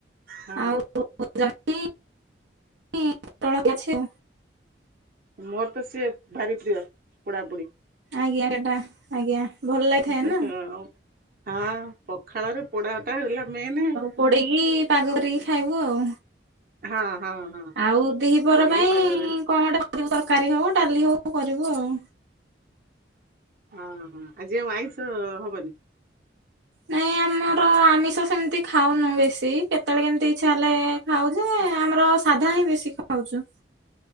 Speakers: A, on the right (about 50°); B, on the right (about 75°).
A: ହଁ
B: ଆଉ ଜହ୍ନି। ନି ପୋଟଳ ହେ ଅଛି।
A: ମୋର ତ ସିଏ ଭାରି ପ୍ରିୟ ପୋଡାପୋଡି।
B: ଆଜ୍ଞା ଏଟା ଆଜ୍ଞା। ଭଲ ଲାଗିଥାଏ
A: ଅ
B: ନା।
A: ହଁ ପଖାଳରେ ପୋଡା ଟା ହେଲା ମେନ୍ ଆଉ।
B: ପୋଡିକି ପାଗ କରିକି ଖାଇବୁ ଆଉ।
A: ହଁ ହଁ ହଁ।
B: ଆଉ ଦିହି ପହର
A: ପୋଡିକି
B: ପାଇଁ
A: ପାଗ
B: କଣ
A: କରି
B: ଗୋଟେ କରିବୁ ତରକାରୀ ହଉ ଡାଲି ହଉ କରିବୁ ଆଉ।
A: ଅଁ ହଁ ଆଜି ଆଉ ଆଇଁଷ ହବନି।
B: ନାଇଁ ଆମର ଆମିଷ ସେମିତି ଖାଉନୁ ବେଶୀ କେତେବେଳେ କେମିତି ଇଛା ହେଲେ ଖାଉଛୁ ଆମର ସାଧା ହିଁ ବେଶୀ ଖାଉଛୁ।